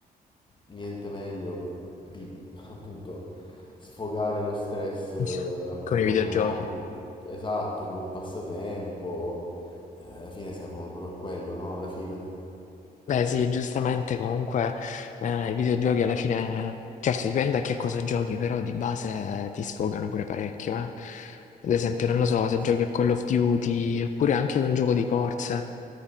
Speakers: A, on the left; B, on the left.
A: niente meglio di <laughs> appunto sfogare lo stress eh,
B: <laughs>
A: appunto
B: Con i videogiochi.
A: con un hobby, esatto, con un passatempo, Eh, alla fine servono proprio a quello, no? Alla fine.
B: Beh sì, giustamente comunque eh, i videogiochi alla fine, certo dipende a che cosa giochi, però di base eh, ti sfogano pure parecchio, eh. Ad esempio, non lo so, se
A: Sì.
B: giochi a Call of Duty oppure anche ad un gioco di corsa,